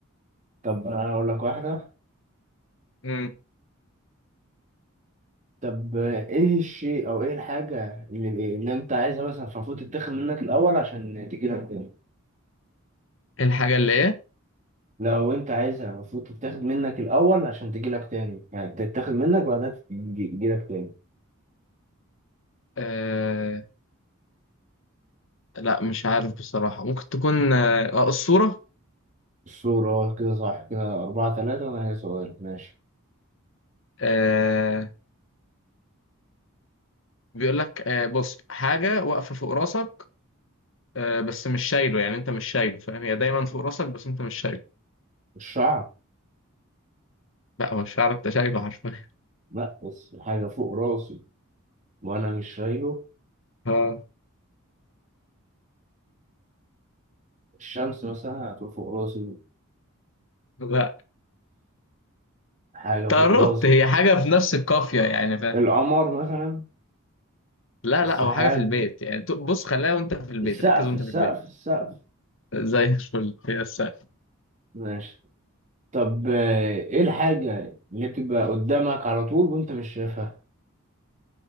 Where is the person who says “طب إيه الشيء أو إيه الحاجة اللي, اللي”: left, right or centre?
Right